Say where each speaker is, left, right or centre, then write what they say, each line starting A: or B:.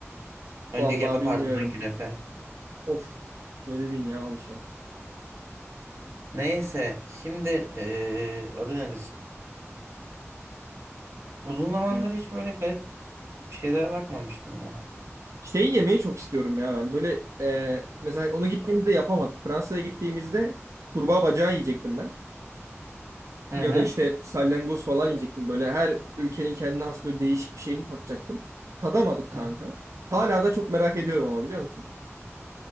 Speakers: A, on the right; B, on the right.
A: Önce
B: Vallahi
A: kebap
B: bilmiyorum.
A: ardından künefe.
B: Of ne dedin ya o işe.
A: Neyse şimdi eee, adı nedir? Uzun zamandır
B: Hı.
A: hiç böyle garip bir şeylere bakmamıştım ya.
B: Şey yemeyi çok istiyorum ya ben. Böyle e, mesela onu gittiğimizde yapamadık. Fransa'ya gittiğimizde kurbağa bacağı yiyecektim ben.
A: Hı
B: Ya
A: hı.
B: da işte salyangoz falan yiyecektim. Böyle her ülkenin kendine has böyle değişik bir şeyini tatacaktım. Tadamadık kanka.
A: hı hı.
B: Hala da çok merak ediyorum ama biliyor musun?